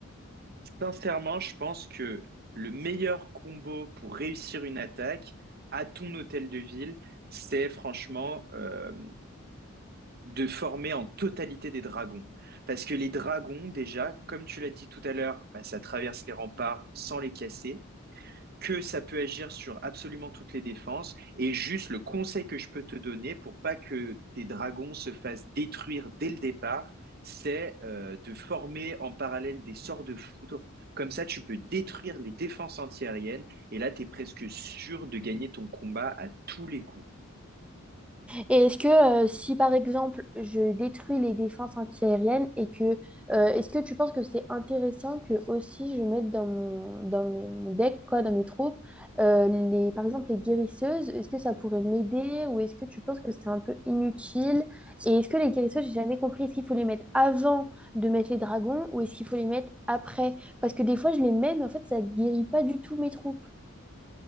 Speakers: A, on the right (about 45°); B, in the centre.
A: Sincèrement, je pense que le meilleur combo pour réussir une attaque à ton hôtel de ville, c'est franchement euh, de former en totalité des dragons. Parce que les dragons, déjà, comme tu l'as dit tout à l'heure, bah, ça traverse les remparts sans les casser. que ça peut agir sur absolument toutes les défenses. Et juste le conseil que je peux te donner pour pas que tes dragons se fassent détruire dès le départ, c'est euh, de former en parallèle des sorts de foudre. Comme ça, tu peux détruire les défenses antiaériennes et là, tu es presque sûr de gagner ton combat à tous les coups.
B: Et est-ce que euh, si par exemple je détruis les défenses antiaériennes et que euh, est-ce que tu penses que c'est intéressant que aussi je mette dans mon, dans mes- mon deck quoi dans mes troupes euh, les par exemple les guérisseuses est-ce que ça pourrait m'aider ou est-ce que tu penses que c'est un peu inutile et est-ce que les guérisseuses j'ai jamais compris est-ce qu'il faut les mettre avant de mettre les dragons ou est-ce qu'il faut les mettre après parce que des fois je les mets mais en fait ça guérit pas du tout mes troupes.